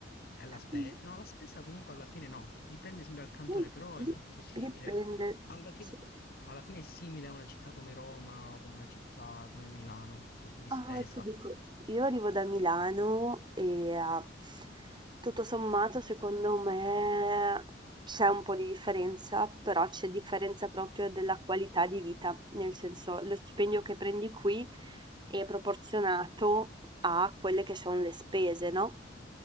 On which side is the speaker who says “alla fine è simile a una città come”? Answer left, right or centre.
Left